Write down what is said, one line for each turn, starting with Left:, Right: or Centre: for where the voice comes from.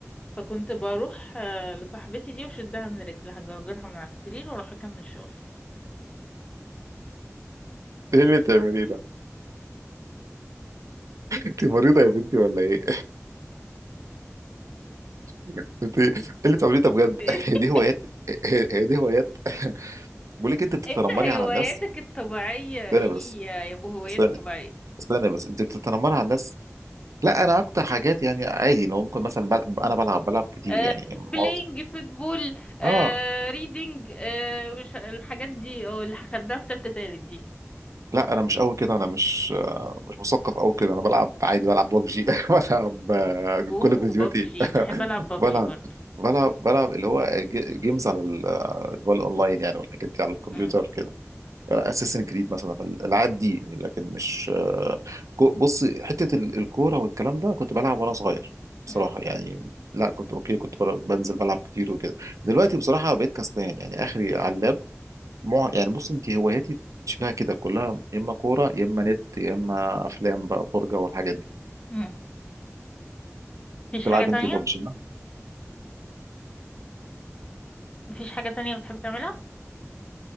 Left: فكنت بروح آه، لصاحبتي دي وشدها من رجلها جرجرها من على السرير واروح اكمل شغل
Right: ايه اللي بتعمليه ده انت مريضة يا بنتي ولا ايه؟ <laughs> انت ايه اللي بتعمليه ده بجد؟
Left: <laughs>
Right: <laughs> هي دي هوايات هي هي دي هوايات <laughs> بقول لك انت بتتنمري
Left: انت هواياتك
Right: على الناس
Left: الطبيعية ايه
Right: استنى بس
Left: يا يا ابو هوايات
Right: استنى
Left: طبيعية
Right: استنى بس انت بتتنمري على الناس لا انا اكتر حاجات يعني عادي ان هو ممكن مثلا بل... انا بلعب بلعب كتير
Left: آه
Right: يعني معظم
Left: بلاينج فوتبول آه
Right: اه
Left: ريدنج آه مش الحاجات دي اه اللي خدناها في تالتة تالت دي
Right: لا انا مش قوي كده انا مش آه، مش مثقف قوي كده انا بلعب عادي بلعب ببجي <laughs> بلعب آه،
Left: اوه
Right: كل فيديوهاتي
Left: بابجي بحب العب بابجي
Right: بلعب
Left: برضو
Right: بلعب بلعب اللي هو ج- جيمز على ال- آه، اللي هو الاونلاين يعني والحاجات دي على الكمبيوتر
Left: امم
Right: كده اساسن كريد مثلا الالعاب دي لكن مش آه، كو- بص حته ال- الكوره والكلام ده كنت بلعب وانا صغير بصراحه
Left: امم
Right: يعني لا كنت اوكي كنت بر- بنزل بلعب كتير وكده دلوقتي بصراحه بقيت كسلان يعني اخري على اللاب مع... يعني بص انت هواياتي شبه كده كلها يا اما كوره يا اما نت يا اما افلام بقى فرجه والحاجات دي
Left: امم مفيش
Right: تلعب
Left: حاجة تانية
Right: انت ببجي
Left: مفيش حاجة تانية بتحب تعملها